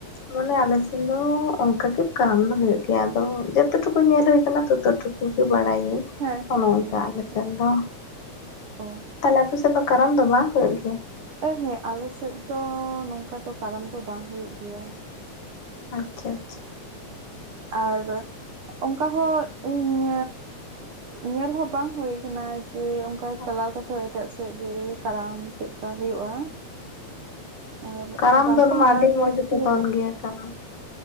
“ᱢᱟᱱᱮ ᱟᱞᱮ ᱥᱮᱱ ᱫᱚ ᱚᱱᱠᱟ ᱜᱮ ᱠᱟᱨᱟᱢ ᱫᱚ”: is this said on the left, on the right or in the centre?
Left